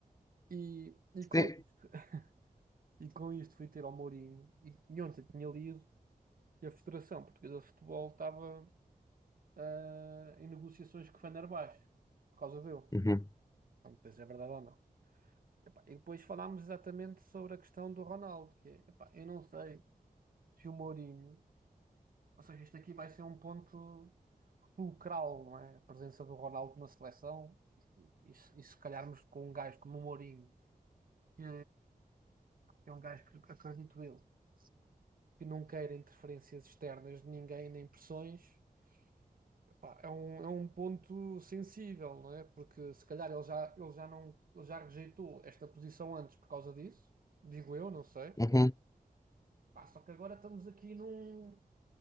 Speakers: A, on the right; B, on the left.
A: E, e, com,
B: Sim.
A: isto- e com isto fui ter ao Mourinho, e, e ontem tinha lido que a Federação Portuguesa de Futebol estava ah, em negociações com o Fenerbahçe, por causa dele.
B: Uhum.
A: Não sei se é verdade ou não. Epá, e depois falámos exatamente sobre a questão do Ronaldo, que é, epá, eu não sei se o Mourinho, ou seja, isto aqui vai ser um ponto fulcral, não é? A presença do Ronaldo na seleção, e, se e se calharmos com um gajo como o Mourinho, que É um gajo que acredito eu, que não quer interferências externas de ninguém, nem pressões. Epá, é um, é um ponto sensível, não é? Porque se calhar ele já, ele já não, ele já rejeitou esta posição antes por causa disso, digo eu, não sei.
B: Uhum.
A: Pá, só que agora estamos aqui num,